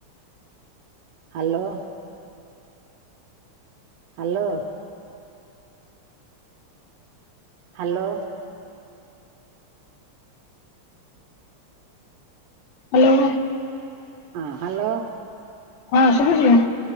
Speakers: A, on the right; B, on the left.
A: Hello. Hello. Hello.
B: Hello.
A: ହଁ ହ୍ୟାଲୋ।
B: ହଁ ଶୁଭୁଛି?